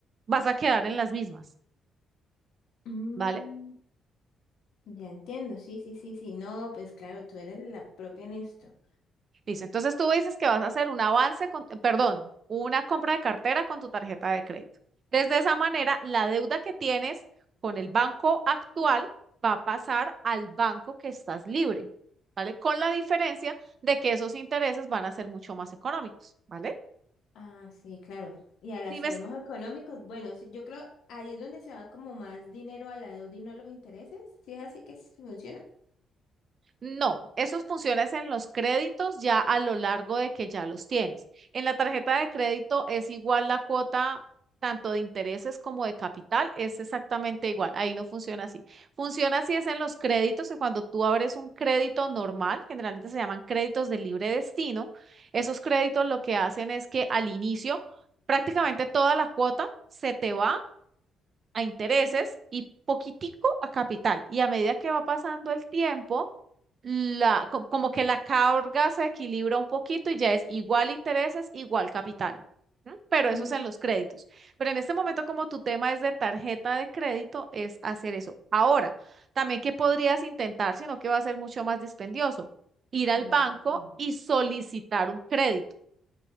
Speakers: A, on the right; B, on the left.
A: vas a quedar en las mismas,
B: Mm,
A: ¿vale?
B: ya entiendo. Sí, sí, sí, sí. No, pues claro, tú eres la propia en esto.
A: Listo. Entonces tú dices que vas a hacer un avance con, perdón, una compra de cartera con tu tarjeta de crédito. Desde esa manera, la deuda que tienes con el banco actual va a pasar al banco que estás libre, ¿vale? Con la diferencia de que esos intereses van a ser mucho más económicos, ¿vale?
B: Ah, sí, claro. Y al hacer
A: Dime
B: más económicos, bueno, sí, yo creo ahí es donde se va como más dinero a la deuda y no a los intereses. Si es así que se funciona.
A: No, esos funciones en los créditos ya a lo largo de que ya los tienes. En la tarjeta de crédito es igual la cuota tanto de intereses como de capital, es exactamente igual. Ahí no funciona así. Funciona así es en los créditos, que cuando tú abres un crédito normal, generalmente se llaman créditos de libre destino, esos créditos lo que hacen es que al inicio prácticamente toda la cuota se te va a intereses y poquitico a capital. Y a medida que va pasando el tiempo, la, co- como que la carga se equilibra un poquito y ya es igual intereses, igual capital. ¿m? Pero eso
B: Mm,
A: es en los créditos. Pero en este momento, como tu tema es de tarjeta de crédito, es hacer eso. Ahora, también que podrías intentar, sino que va a ser mucho más dispendioso, ir al
B: Vale,
A: banco
B: bien.
A: y solicitar un crédito,